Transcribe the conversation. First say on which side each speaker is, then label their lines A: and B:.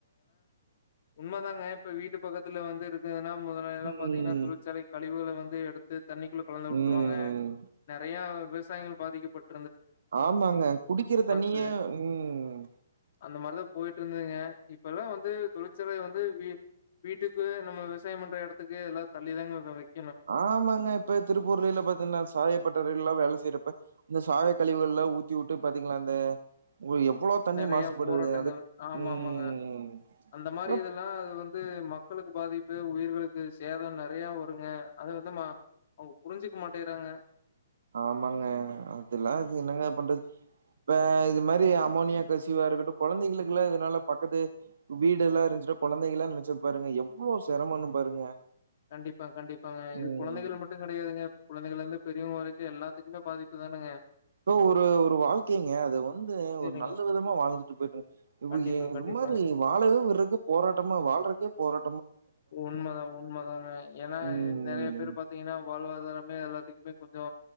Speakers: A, on the left (about 50°); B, on the right (about 75°).
A: உண்ம தாங்க இப்ப வீட்டு பக்கத்துல வந்து இருக்குதுன்னா முதல எல்லா
B: ம்
A: பாத்தீங்கன்னா தொழிற்சாலை கழிவுகல வந்து எடுத் தண்ணிக்குள்ள கலந்து உட்டுருவாங்க
B: ம்
A: நறையா விவ சாயங்கள் பாதிக்கப்பட்
B: ஆமாங்க குடிக்கிற தண்ணியே
A: ச
B: ம் ம்
A: அந்த மாரிதா போயிட்டு இருந்தங்க இப்பல்லாம் வந்து தொழிற்சாலை வந்து வீ வீட்டுக்கு நம்ம விவசாயம் பண்ற எடத்துக்கு எல்லா தள்ளி தாங்க வைக்
B: ஆமாங்க இப்ப திருப்பூர்லில பாத்தீங்கன்னா சாயப்பட்ட ரேட் ல்லா வேல செய்யறப்ப இந்த சாய கழிவுகள்லா ஊத்தி உட்டு பாத்தீங்களா அந்த உங்களுக்கு எவ்ளோ தண்ணி
A: நறையா
B: மாசுபடுது.
A: போராட்டங்கள்
B: அது
A: ஆமா
B: ம்.
A: ஆமாங்க அந்த மாரி
B: அப்
A: இதெல்லா அது வந்து மக் மக்களுக்கு பாதிப்பு உயிர்களுக்கு சேதம் நறையா வருங்க அது வந்து மா அவுங்க புரிஞ்சிக்க மாட்டேகிறாங்க
B: ஆமாங்க அதுல்லா அது என்னங்க பண்றது இப்ப இது மாரி அமோனியா கசிவா இருக்கட்டும் கொழந்தைங்களுக்குலா இதனால பக்கத்து வீடு எல்லாம் இருந்துச்சினா கொழந்தைங்கள நெனைச்சி பாருங்க எவ்ளோ செரமன்னு பாருங்க
A: கண்டிப்பா கண்டிப்பாங்க இது
B: ம்.
A: குழந்தைகள் மட்டும் கிடையாதுங்க குழந்தைகள இருந்து பெ ரியவங்க வரைக்கும் எல்லாத்துக்குமே பாதிப்பு தானுங்க
B: ப்ரோ ஒரு ஒரு வாழ்க்கைங்க அது வந்து
A: சரிங்க.
B: ஒரு நல்ல விதமா வாழ்ந்துட்டு போயிருனுங்க இவு
A: கண்டிப்பா
B: எ ஒரு
A: கண்டிப்பாங்க.
B: மாரி வாழவே விடறக்கு போராட்டமா வாழறக்கே போர
A: உண்மதா உண்மதாங்க ஏனா
B: ம்
A: நறையா பேர் பாத்தீங்கன்னா வாழ்வாதாரமே எல்லா டிக்மே கொஞ்சோ